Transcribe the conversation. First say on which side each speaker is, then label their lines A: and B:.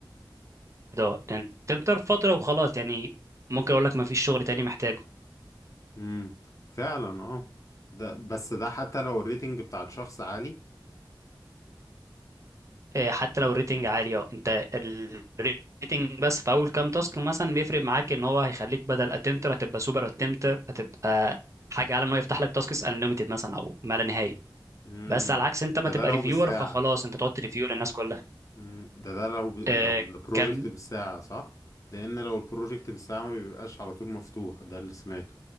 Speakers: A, on the right; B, on the left.
A: ده لان تكتر فتره وخلاص يعني ممكن اقول لك ما فيش شغل تاني محتاجه
B: امم فعلا اه ده بس ده حتى لو الريتنج بتاع الشخص عالي
A: إيه، حتى لو الريتنج عالي اه انت الريتنج بس في اول كام تاسك مثلا بيفرق معاك ان هو هيخليك بدل اتمتر هتبقى سوبر اتمتر هتبقى حاجه اعلى ان هو يفتح لك تاسكس انليمتد مثلا او ما لا نهايه
B: امم
A: بس على عكس انت ما
B: ده
A: تبقى
B: ده لو
A: ريفيور
B: بالساعة
A: فخلاص انت تقعد تريفيو للناس كلها
B: امم ده ده لو ب... لو
A: إيه،
B: البروجكت
A: كم
B: بالساعة صح لان لو البروجكت بالساعة ما بيبقاش على طول مفتوح ده اللي سمعته